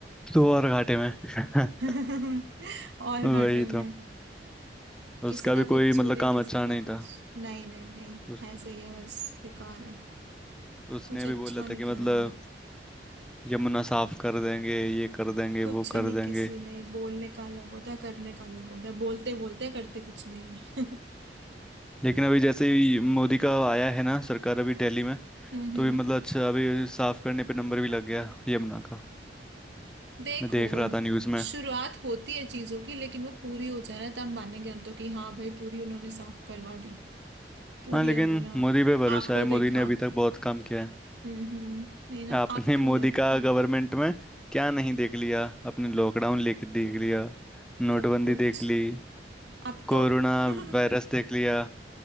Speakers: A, in the centre; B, on the right.
A: दो और घाटे में <laughs>
B: <laughs> और
A: वही
B: घाटे में
A: तो
B: किसी
A: उसका
B: का
A: भी
B: कुछ
A: कोई मतलब
B: चोरी
A: काम
B: किसी
A: अच्छा
B: का
A: नहीं
B: कुछ
A: था
B: नहीं नहीं नहीं
A: उस,
B: ऐसे ही है बस बेकार है
A: उसने
B: कुछ अच्छा
A: भी बोला
B: नहीं
A: था कि
B: करा
A: मतलब यमुना साफ कर देंगे ये कर देंगे
B: कुछ
A: वो
B: नहीं
A: कर
B: किसी
A: देंगे
B: ने बोलने का अलग होता है करने का अलग होता है बोलते बोलते करते कुछ नहीं है <laughs>
A: लेकिन अभी जैसे ही मोदी का आया है ना सरकार अभी दिल्ली में
B: हम्म
A: तो
B: हम्म।
A: भी मतलब अच्छा अभी साफ करने पे नंबर भी लग गया यमुना का
B: देखो
A: मैं देख रहा था न्यूज़ में
B: शुरुआत होती है चीजों की लेकिन वो पूरी हो जाए ना तब मानेंगे हम तो कि हाँ भाई पूरी उन्होंने साफ करवा दी पूरी
A: हाँ लेकिन
B: यमुना
A: मोदी पे भरोसा
B: आंखों
A: है
B: देखा
A: मोदी ने अभी तक बहुत काम किया है
B: हम्म हम्म नहीं ना
A: आपने
B: आंखों
A: मोदी
B: देखा
A: का गवर्नमेंट में क्या नहीं देख लिया अपने लॉकडाउन लेके देख लिया नोटबंदी
B: सब कुछ
A: देख ली
B: अब
A: कोरोना
B: तो <laughs>
A: वायरस देख लिया